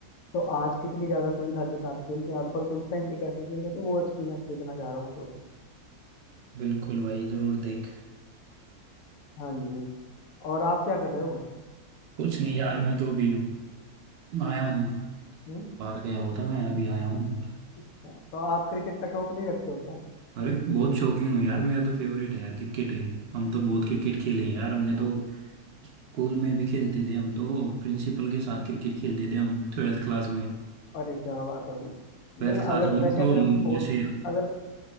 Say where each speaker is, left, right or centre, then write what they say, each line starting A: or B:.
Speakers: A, on the left; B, on the right.
A: तो आज कितनी ज्यादा सुविधा के साथ खेलते हैं और पर उस टाइम पे कैसे खेलते थे वो एक्सपीरियंस देखना चाह रहा हूँ थोड़ा
B: बिल्कुल भाई जरूर देख
A: हाँ जी और आप क्या कर रहे हो
B: कुछ नहीं यार मैं तो अभी आया हूँ
A: हम्म
B: बाहर गया होता मैं अभी आया हूँ
A: अच्छा तो आप क्रिकेट का शौक नहीं रखते हो क्या
B: अरे बहुत शौकीन हूँ यार मेरा तो फेवरेट है यार क्रिकेट है हम तो बहुत क्रिकेट खेले हैं यार
A: अच्छा
B: हमने तो स्कूल में भी खेलते थे हम तो प्रिंसिपल के साथ क्रिकेट खेलते थे हम ट्वेल्थ क्लास में
A: अरे क्या बात है भाई
B: ट्वेल्थ
A: नहीं
B: क्लास
A: अगर
B: में
A: वैसे
B: भी तो
A: अगर हम स्पोर्ट्स
B: जैसे
A: अगर